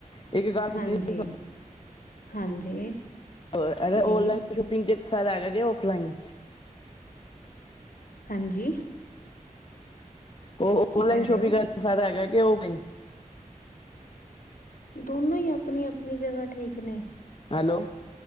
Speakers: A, on the left (about 40°); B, on the left (about 80°).
A: ਇੱਕ ਗੱਲ ਪੁੱਛਣੀ
B: ਹਾਂਜੀ।
A: ਸੀ
B: ਹਾਂਜੀ।
A: ਤੁਹਾਨੂੰ, ਔਨਲਾਈਨ
B: ਜੀ
A: ਸ਼ਾਪਿੰਗ ਹੈਗਾ ਕੇ ਔਫਲਾਈਨ।
B: ਹਾਂਜੀ।
A: ਉਹ
B: ਕੀ
A: ਔਨਲਾਈਨ
B: ਕਹਿ
A: ਸ਼ੋਪਿੰਗ
B: ਰਹੇ ਹੋ
A: ਕਰਨਾ ਸਾਰਾ ਹੈਗਾ ਕਿ ਆਫਲਾਈਨ।
B: ਦੋਨੋ ਹੀ ਆਪਣੀ ਆਪਣੀ ਜਗ੍ਹਾ ਠੀਕ ਨੇ।
A: ਹੈਲੋ।